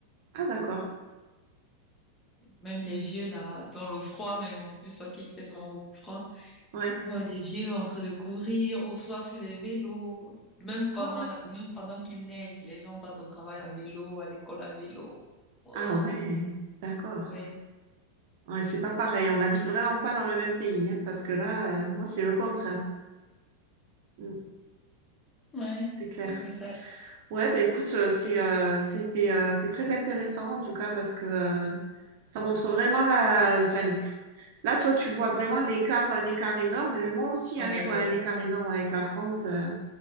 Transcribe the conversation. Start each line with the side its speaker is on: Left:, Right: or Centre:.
Right: Ah d'accord.
Left: Même les vieux, là, dans le froid, même en plus, parce qu'il fait souvent beaucoup froid.
Right: Ouais.
Left: Je vois des vieux en train de courir, ou soit sur les vélos. Même
Right: Ah
Left: pendant,
Right: ouais.
Left: même pendant qu'il neige, les gens partent au travail à vélo, à l'école à vélo. Oh,
Right: Ah ouais. D'accord.
Left: ouais.
Right: Ouais, c'est pas pareil. On n'habite vraiment pas dans le même pays, hein, parce que là, euh, moi, c'est le contraire. Mm,
Left: Ouais,
Right: c'est clair.
Left: c'est un peu ça.
Right: Ouais, bah écoute, euh, c'est euh, c'était euh, c'est très intéressant en tout cas parce que euh, ça montre vraiment la. Enfin, pff, là, toi, tu vois vraiment l'écart, un écart énorme. Mais moi aussi,
Left: Ouais,
Right: hein, je vois
Left: ouais.
Right: un écart énorme avec la France euh,